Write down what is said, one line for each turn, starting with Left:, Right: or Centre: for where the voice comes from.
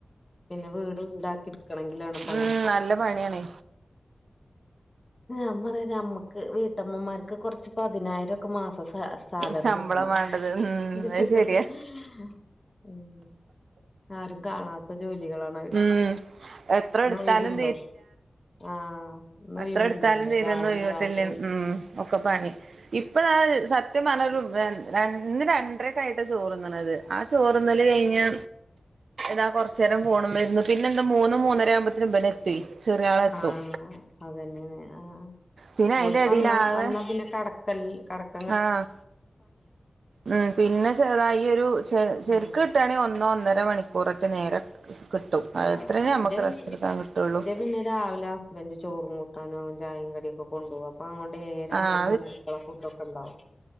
Left: പിന്നെ വീട് വീടാക്കിട്ക്കണെങ്കിലാണ് പണി.
Right: ഉം നല്ല പണിയാണേ
Left: ഞാൻ പറയാരമ്മക്ക് വീട്ടമ്മമാര്ക്ക് കൊറച്ച് പതിനായിരൊക്കെ മാസം സാ സാലറി
Right: ശമ്പളം
Left: കിട്ടണം
Right: വേണ്ടത് ഉം
Left: ഹ്ഹ്ഹ്
Right: അത് ശരിയാ
Left: ഉം ആരും കാണാത്ത ജോലികളാണ്.
Right: ഉം എത്ര
Left: ഇന്നൊയിവുണ്ടോ
Right: എടുത്താലും
Left: ആഹ്. ഇന്ന്
Right: അത്ര
Left: ഒഴിവുണ്ടോ
Right: എടുത്താലും
Left: ഇല്ല
Right: തീരന്നൊയിവ്ട്ടില്ലേ
Left: രാവിലെ രാത്രി
Right: ഉം ഒക്കെ പണി. ഇപ്പഴാ സത്യപറഞ്ഞ ര് ര ര ഇന്ന് രണ്ടരക്കായിട്ട ചോറന്ന്ണത്. ആ ചോറ്ന്നല് കയിഞാ താ കൊറച്ചെരം ഫോണ് മെര്ന്നു പിന്നെന്താ മൂന്ന് മൂന്നര ആവുമ്പത്തിന് ഇബാനത്തി ചെറ്യായാളെത്തും.
Left: ആഹ് അതന്നെയാണ് ആഹ് ആഹ്
Right: പിന്നെ അയിന്റെ
Left: ഓലിപ്പന്ന
Right: എടേല് ആകെ
Left: വന്നാ പിന്നെ കടക്കൽ കടകൽ.
Right: ആഹ് മ് പിന്നെ ചെതായി ഒരു ശെ ശെര്ക്.
Left: ഉം
Right: ട്ടാണങ്കിൽ ഒന്നോ ഒന്നര മണിക്കൂറൊക്കെ നേരം കിട്ടു
Left: ആഹ്
Right: അതത്രനെ
Left: എന്റെ
Right: അമ്മക്ക് റസ്റ്റെട്ക്കാൻ കിട്ടുള്ളൂ.
Left: എന്റെ പിന്നെ രാവിലാ. ബന്റെ ചോറും. കനോം ചായേം കടിയൊക്കെ കൊണ്ടോവും അപ്പൊ അങ്ങൊണ്ട് ഏയര
Right: ആഹ്
Left: ആമ്പോത്തേന് അടക്കള ഫുഡോക്കെണ്ടാവും.